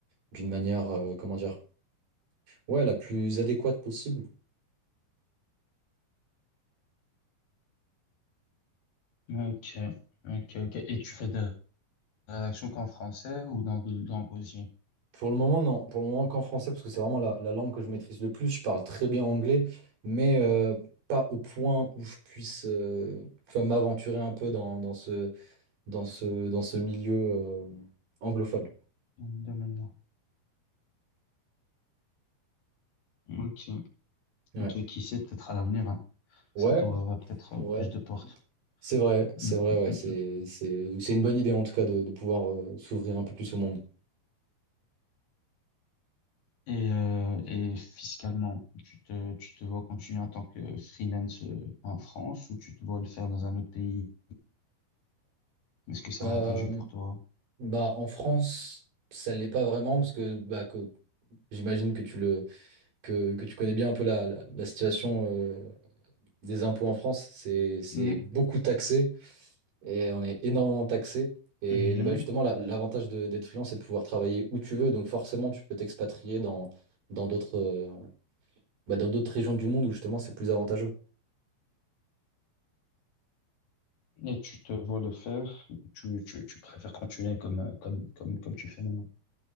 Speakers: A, on the right; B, on the left.
A: d'une manière, euh, comment dire, ouais, la plus adéquate possible.
B: Ok, ok, ok. Et tu fais de la rédaction qu'en français ou dans d'autres langues aussi?
A: Pour le moment, non. Pour le moment, qu'en français, parce que c'est vraiment la, la langue que je maîtrise le plus. Je parle très bien anglais, mais euh, pas au point où je puisse euh, enfin, m'aventurer un peu dans, dans ce, dans ce, dans ce milieu euh, anglophone.
B: Dans le domaine là. Ok, ok.
A: Ouais,
B: ok. Qui sait, peut-être à l'avenir, hein.
A: ouais,
B: Ça t'ouvrira peut-être euh,
A: ouais.
B: plus de portes.
A: C'est vrai, c'est
B: Mm,
A: vrai, ouais.
B: mm, mm,
A: C'est,
B: mm.
A: c'est, c'est une bonne idée, en tout cas, de, de pouvoir euh, s'ouvrir un peu plus au monde.
B: Et, euh, et fiscalement, tu te, tu te vois continuer en tant que freelance euh, en France ou tu te vois le faire dans un autre pays? Est-ce que c'est
A: Euh,
B: avantageux pour toi?
A: bah, en France, ça l'est pas vraiment, parce que, bah, que- j'imagine que tu le, que, que tu connais bien un peu la, la, la situation. euh, des impôts en France, c'est c'est
B: Mm,
A: beaucoup taxé et on est énormément taxé. Et
B: mhm.
A: bah, justement, la- l'avantage de- d'être freelance, c'est de pouvoir travailler où tu veux. Donc forcément, tu peux t'expatrier dans dans d'autres euh, bah, dans d'autres régions du monde où justement c'est plus avantageux.
B: Et tu te vois le faire ou tu, tu, tu préfères continuer comme, euh, comme, comme, comme tu fais maintenant?